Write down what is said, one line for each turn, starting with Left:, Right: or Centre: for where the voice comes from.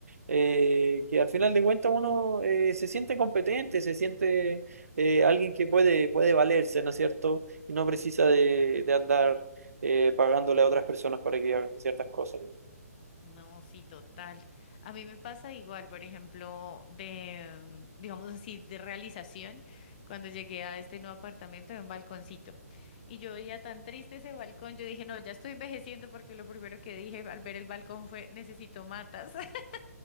Right: eh, que al final de cuentas uno eh, se siente competente, se siente eh, alguien que puede, puede valerse, ¿no es cierto? Y no precisa de, de andar eh, pagándole a otras personas para que hagan ciertas cosas.
Left: No, sí, total. A mí me pasa igual, por ejemplo, de, mm, digamos así, de realización, cuando llegué a este nuevo apartamento de un balconcito. Y yo veía tan triste ese balcón, yo dije, no, ya estoy envejeciendo porque lo primero que dije al ver el balcón fue, necesito matas, <laughs>